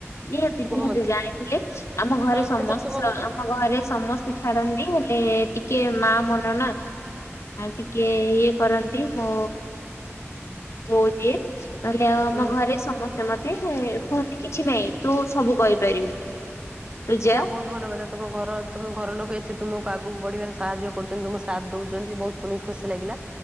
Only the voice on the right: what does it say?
କୁହ
ମତେ
ତ
ସେତେବେଳେ ତୁମକୁ
ହୁଁ।
ଯାହା ବହୁତ ଭଲ କଥା ତମ ଘର ତମ ଘର ଲୋକ ଏତେ ତୁମ ଆଗକୁ ବଢିବାରେ ସାହାଯ୍ୟ କରୁଛନ୍ତି ତମ ସାଥ ଦଉଛନ୍ତି ବହୁତ ଶୁଣିକି ଖୁସି ଲାଗିଲା।